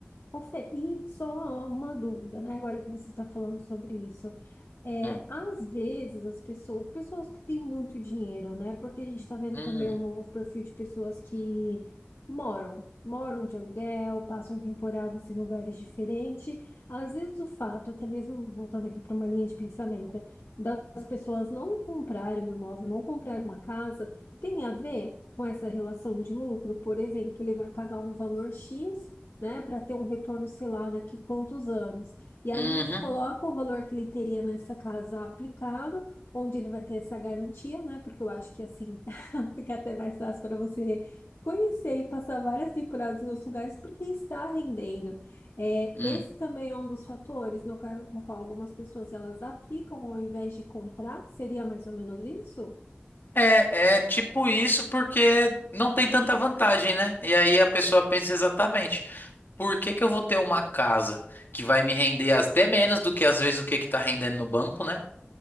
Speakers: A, on the left; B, on the left.
A: Ô, Fê, E só uma dúvida, né? Agora que você está falando sobre isso. É,
B: Hum.
A: às vezes as pessoas, pessoas que têm muito dinheiro, né? Porque a gente está vendo
B: Hum,
A: também um novo perfil de pessoas que moram, moram de aluguel, passam temporadas em lugares diferentes. Às vezes o fato, até mesmo voltando aqui para uma linha de pensamento, das pessoas não comprarem um imóvel, não comprarem uma casa, tem a ver com essa relação de lucro, por exemplo, ele vai pagar um valor X né, para ter um retorno, sei lá, daqui quantos anos. E aí
B: uhum,
A: ele coloca o valor que ele teria nessa casa aplicado, onde ele vai ter essa garantia, né, porque eu acho que assim <laughs> fica até mais fácil para você conhecer e passar várias temporadas em outros lugares, porque está rendendo. É,
B: hum.
A: esse também é um dos fatores no qual, no qual algumas pessoas elas aplicam ao invés de comprar, seria mais ou menos isso?
B: É, é tipo isso porque não tem tanta vantagem, né? E aí a pessoa pensa exatamente, por que que eu vou ter uma casa que vai me render até menos do que às vezes o que que tá rendendo no banco, né?